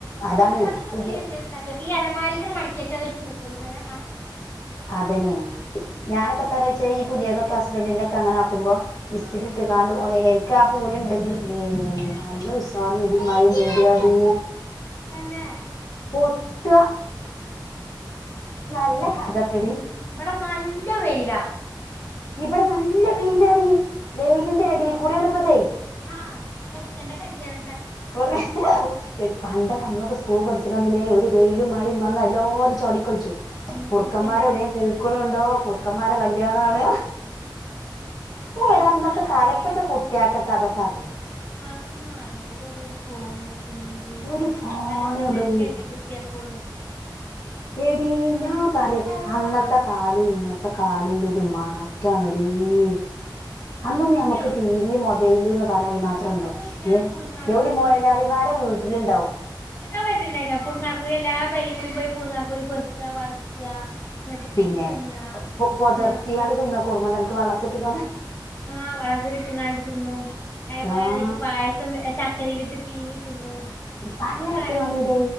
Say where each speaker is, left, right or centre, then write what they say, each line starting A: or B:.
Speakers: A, on the left; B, on the left.
A: അതാണേ
B: ഇട്ന്നതൊക്കെ
A: പുതിയ
B: പിന്നെന്തേലും കാട്ടിക്ക ഈ അലമാരിക് മടിക്കിച്ച ഒരു പൂപ്പൽവര
A: അതന്നെണ് ഞാനക്ക ത്രറേചെയ് ഈ പുതിയതൊക്കെ ഹസ്ബൻന്റിന്റെ ഒക്കെ അങ്ങെ ആക്കുമ്പോ ഇസ്രി ഇട്ട കാണ്ട് എനിക്ക് ആ പൂലുണ്ടെങ്കിലും ഏ നല്ല ഉസാർല് ഇടിമയിം വരാടി
B: തന്നെ
A: ഒട്ട നല്ല കഥട്ടടി
B: ഇവടെ നല്ല വെയിലാ
A: ഇബടെ നല്ല വെയിലാടി വെയിലിന്റെ എടെകുടെണ് ഇപ്പതെ
B: ആ അ കുറുക്കന്റെ കല്യാണ
A: കൊറെ എടി പണ്ടൊക്കെമ്മളൊക്ക സ് സ്കൂൾ പഠിച്ചണന്ന്ല്ലേ ഒരു വെയിലും മഴ വന്ന എല്ലാരും ചാടികളിച്ചും
B: ഉം
A: കുറുക്കമ്മാരെഒവിടേം
B: കുറുക്കന്റെ കല്യാണം
A: കൂക്കണുണ്ടോ
B: കുറുക്കന്റെ
A: കുറുക്കമ്മാരെ കല്യാണാണ് ഞ പറയാ
B: എന്നാലേ
A: അന്നത്തെകാല പ്പത്തെകുട്ടിയക്കൊക്കെ അതൊക്കെ അറിയോ
B: അന്നൊറി ന്റെ വേറൊരു ഫോണ് റീല്
A: ഒരു ഫോണ്
B: അതൊക്കെ തന്നെല്ലെ
A: റീൽ
B: കുട്ടിയകൊള്ളൂ
A: എടീ ഞാപറിയ അന്നത്തെകാലും ഇന്നത്തെകാലും ഇല്ലരു മാറ്റണടീ ഉം അന്നൊന്ന്
B: സത്യം
A: നമ്മുക്ക്
B: പറഞ്ഞ
A: ടി വി മൊബൈല്ന്ന്പറയാഅയ്‌നുമാത്രണ്ടോ
B: ഒന്നുല്ല
A: ഏ
B: പുളുങ്ങാക്കുരു
A: യവര് മൊലാളിമാ ര വീട്ടില്ണ്ടാവും
B: എക്കാൻ വരുന്ണ്ടാനി പുൾങ്ങാക്കുര് എല്ലാപെരകൂടിം പോയി പുളുങ്ങാക്കുരു പെറുക്കുക വറുക്കുക ഇങ്ങട്ട്
A: പിന്നെ
B: ചുട്ടുന്ന
A: പൊതിർത്തിയാണ്ട്
B: ആഹ്
A: തിന്നാക്കോർമ്മണ്ടൊ അൻക്ക് വള്ളത്തിട്ട്ക്കാണ്
B: ആ ആ വളതിലിട്ട്ങ്ങാണ്ട് തിന്നും അയേപോലെ
A: ആഹ്
B: അതേറ്റ് പായസം ചക്കരയിലിട്ട് പീങ്ങി തിന്നും
A: ഇപ്പ
B: ഇപ്പൊക്കെ
A: അല്ല ഇതവാണടി
B: ആരെങ്കിലും